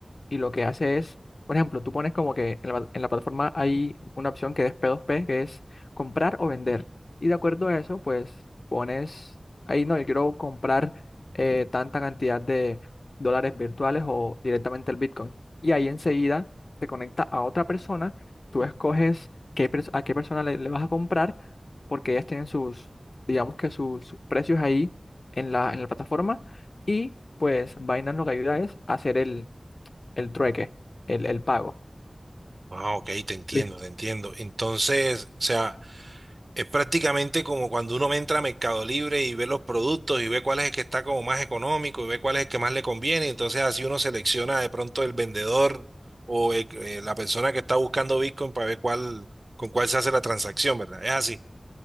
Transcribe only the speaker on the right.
Ah, ok, te entiendo,
te entiendo. Entonces, o sea, es prácticamente como cuando uno entra a Mercado Libre y ve los productos y ve cuál es el que está como más económico y ve cuál es el que más le conviene. Entonces, así uno selecciona de pronto el vendedor o el- eh, la persona que está buscando Bitcoin para ver cuál, con cuál se hace la transacción, ¿verdad? Es así.